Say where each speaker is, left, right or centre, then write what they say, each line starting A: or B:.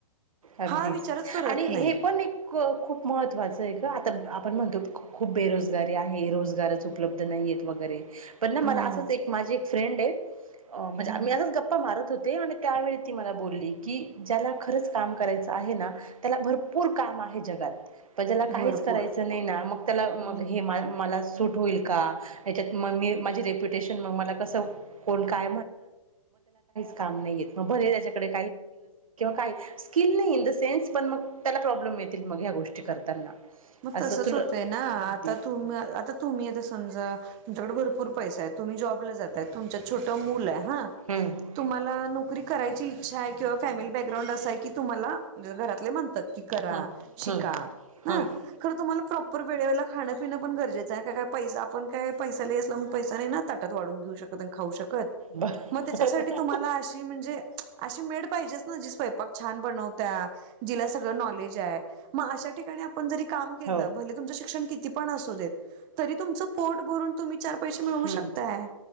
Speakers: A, on the right; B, on the right.
A: अगदीच
B: हा विचारच करत
A: आणि
B: नाही
A: हे पण खूप महत्त्वाचं आहे आता आपण म्हणतो खूप बेरोजगारी आहे रोजगारा च उपलब्ध नाही आहेत वगैरे पण ना मला
B: हम्म
A: असंच एक माझी एक फ्रेंड आहे म्हणजे
B: हा
A: आ मी असंच गप्पा मारत होते आणि त्यावेळी त मला बली की ज्याला खरंच काम करायच आहे ना त्याला भरपूर काम आहे जगात प ज्याला
B: भरपूर
A: काहीच करायचं नाही ना मग त्या
B: हम्म.
A: म मला सूट होईल का हच्यात मगी माझ रेप्युटे का म्ह का काम नाही असेल का स्क इन द सेन्स पण म त्या प्रब्लेम मग ह्या गोष्टी करताना
B: मग
A: असं
B: तसंच
A: तुला
B: होतय ना आता
A: अगदी
B: तुम्ही आता तुम्ही आता समजा तुमच्याकडे भरपूर पैसा आहे, तुम्ही जॉबला जाताय तुमच्यात छोटं मुल आहे हा
A: हम्म <inaudible>
B: तुम्हाला नोकरी करायची इच्छा आहे, किंवा फॅमिली बॅकग्राउंड असा आहे की तुम्हाला म्हणे घरातले म्हणतात की करा
A: हम्म
B: शिका
A: हम्म
B: ह.
A: हम्म
B: खर तुम्हाला प्रॉपर वेळेवेळेला खाणं पिण पण गरजेचं आहे, का पैसा आपण काय पैसा लई असला म्हणून पैसा नाही ना आता. त्यात वाढून घेऊ शकत, अन खाऊ शकत,
A: बर
B: म त्याच्यासाठी तुम्हाला अशी म्हणजे. अशी मेड पाहिजेच ना, जी स्वयंपाक छान बनवत्या जिला सगळं नॉलेज आहे. मग अशा ठिकाणी आपण जरी काम केलं,
A: हो
B: भले तुमचं शिक्षण किती पण असू देत, तरी तुमचं पोट भरून तुम्ही चार पैसे मिळवू
A: हम्म
B: शकताय,